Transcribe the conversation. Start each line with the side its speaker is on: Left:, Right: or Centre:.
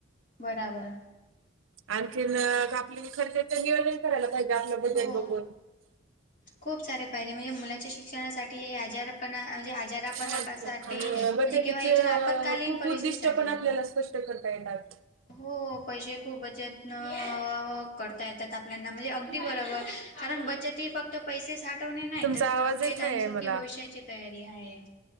Left: बराबर.
Right: आणखीन आपल्या खर्चाचं नियोजंन करायंला पाहिजे आपलं बजेट
Left: हो.
Right: बघून.
Left: खूप सारे फायदे म्हणजे मुलाच्या शिक्षणासाठी, हे आजार पण म्हणजे आजारापणासाठी
Right: आणि
Left: म्हणजे
Right: बचतीचे
Left: किंवा इतर
Right: अ,
Left: आपत्कालीन
Right: खूप
Left: परिस्थितीसाठी
Right: उद्दिष्ट पण आपल्याला स्पष्ट करता येतात.
Left: हो पैसे खूप बचतन करता येतात आपल्याना म्हणजे अगदी बरोबर कारण बचत ही फक्त पैसे साठवणे नाही
Right: तुमचा
Left: तर
Right: आवाज
Left: सुरक्षित
Right: येत नाहीये
Left: आणि सुखी
Right: मला
Left: भविष्याची तयारी आहे.